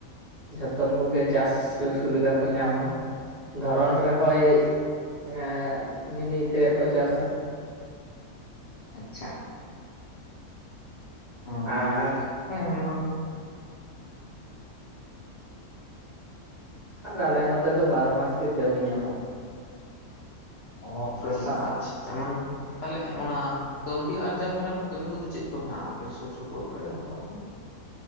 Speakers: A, on the right; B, on the left.
A: ᱡᱚᱛᱚᱢ ᱠᱚᱜᱮ ᱪᱟᱥ ᱥᱩᱡᱳᱜ ᱥᱩᱵᱤᱫᱷᱟ ᱠᱚ ᱧᱟᱢᱟ ᱫᱷᱚᱨᱚᱱ ᱨᱮᱦᱚᱭ ᱮᱜ ᱢᱤᱱᱤ ᱛᱮᱜᱮᱠᱚ ᱪᱟᱥᱟ
B: ᱟᱪᱪᱷᱟ ᱚ
A: ᱟᱨ
B: ᱦᱮᱸ
A: ᱟᱫᱚ ᱟᱞᱮ ᱱᱚᱛᱮ ᱫᱚ ᱵᱟᱨᱚ ᱢᱟᱥ ᱜᱮ ᱠᱟᱹᱢᱤ ᱧᱟᱢᱚᱜ-ᱟ
B: ᱚ ᱟᱪᱪᱷᱟ
A: ᱯᱟᱥ
B: ᱟᱪᱪᱷᱟ ᱢᱟᱱᱮ ᱛᱚ ᱛᱟᱦᱚᱞᱮ ᱚᱱᱟ ᱠᱟᱹᱣᱰᱤ ᱟᱨᱡᱟᱣ ᱞᱮᱠᱟᱱᱟᱜ ᱠᱟᱹᱢᱤ ᱠᱚᱫᱚ ᱪᱮᱫ ᱠᱚ ᱢᱮᱱᱟᱜ-ᱟ ᱟᱯᱮ ᱥᱩᱨ ᱥᱩᱯᱩᱨ ᱠᱚᱨᱮ ᱫᱚ